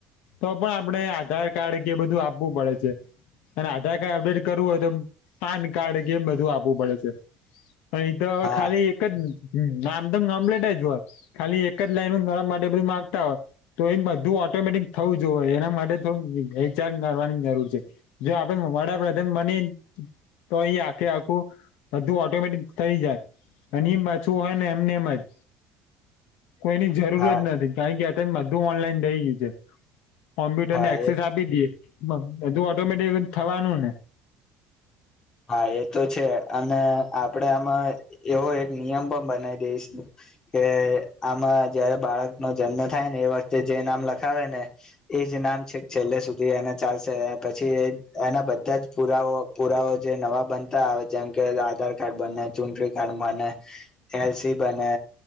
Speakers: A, on the left (about 75°); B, on the left (about 35°).
A: તો પણ આપણે આધાર કાર્ડ કે બધું આપવું પડે છે. અને આધા કઈ અપડેડ કરવું હોય તો પાન કાર્ડ કેમ બધું આપવું પડે છે એ તો હવે
B: હા
A: ખાલી એક જ હમ આમદમ કમ્પ્લેટ જ હોય ખાલી એક જ લાઈન ગર માટે બધું માંગતા હોય તો એ બધું ઓટોમેટિક થવું જોએ એના માટે થોડું વેચાણ કરવાની જરૂર છે જો આપણે વડાપ્રધાન બની તો એ આખે આખું બધું ઓટોમેટિક થઈ જાય અની એમ પાછું હોય ને એમને એમ જ કોઈની જરૂરત
B: હા
A: નથી કારણ કે અત બધું ઓનલાઈન થઈ ગયું છે. કોમ્પ્યુટરને
B: હા
A: એક્સેસ
B: એ
A: આપી દઈએ એધું ઓટોમેટિક થવાનું ને
B: હા એ તો છે અને આપડે આમાં એવો એક નિયમ પણ બનાવી દઈશ કે આમાં જયારે બાળક નો જન્મ થાય ને એ વખતે જે નામ લખાવે ને એ જ નામ છે છેલ્લે સુધી એને ચાલશે પછી એના બધા જ પુરાવ પુરાવ જે નવા બનતા આવે જેમ કે આધાર કાર્ડ બને ચૂટણી કાર્ડ બને એલસી બને